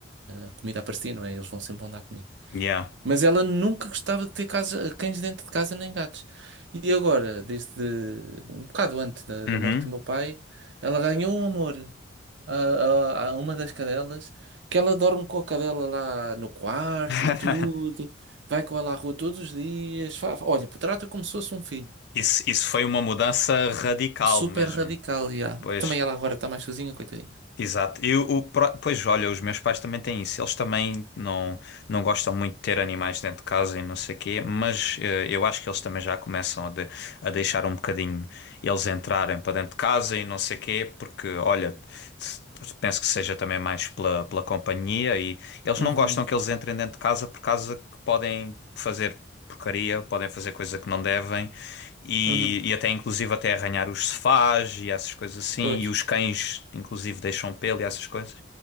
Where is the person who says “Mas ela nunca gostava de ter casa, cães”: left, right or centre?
Right